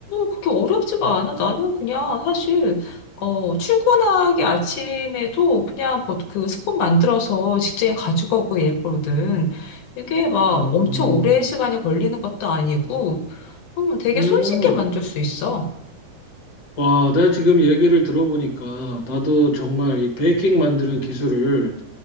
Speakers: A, on the left; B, on the left.
A: 그렇게 어렵지가 않아. 나는 그냥 사실, 어, 출근하기 아침에도 그냥 버- 그 스콘 만들어서 직장에 가지고 오고 이랬거든. 이게 막
B: 음,
A: 엄청 오랜 시간이 걸리는 것도 아니고, 음, 되게
B: 음.
A: 손쉽게 만들 수 있어.
B: 와, 내가 지금 얘기를 들어보니까 나도 정말 이 베이킹 만드는 기술을